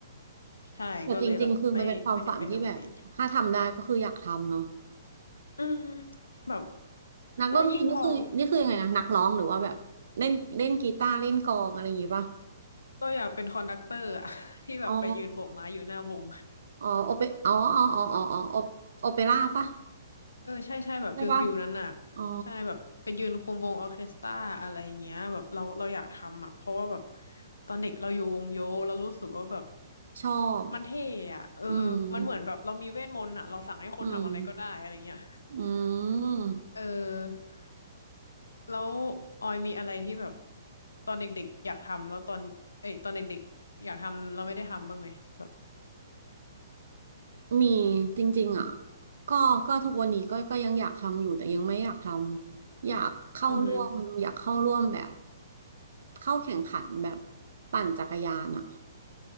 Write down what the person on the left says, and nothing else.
ใช่ก็เลยแบบไม่ไม่ได้เป็นนักดนตรี
อืมแบบ
แล้วยิ่งพอเราอยากเป็นคอนดักเตอร์อะ <laughs> ที่แบบไปยืนโบกไม้อยู่หน้าวง
เออใช่ใช่แบบฟิลฟิลนั้นน่ะ
ใช่แบบไปยืนคุมวงออร์เคสตราอะไรเงี้ยแบบเราเราอยากทำอ่ะเพราะว่าแบบตอนเด็กเราอยู่วงโยเรารู้สึกว่าแบบ
มันเท่อ่ะเออมันเหมือนแบบเรามีเวทมนต์อ่ะเราสั่งให้คนทำอะไรก็ได้อะไรเงี้ย
เออแล้วออยมีอะไรที่แบบตอนเด็กๆอยากทำแล้วตอนเอ้ยตอนเด็กๆอยากทำเราไม่ได้ทำบ้างไหมแบบ
อือฮึ